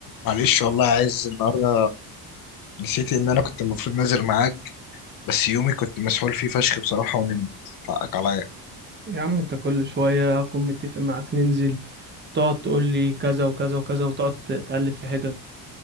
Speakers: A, on the left (about 55°); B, on the right (about 25°).
A: معلش والله عايز النهارده نسيت ان انا كنت المفروض نازل معاك بس يومي كنت مسحول فيه فشخ بصراحه ونمت حقك عليا
B: يا عم انت كل شوية اكون متفق معاك ننزل تقعد تقول لي كذا وكذا وكذا وتقعد ت- تقلب في حجج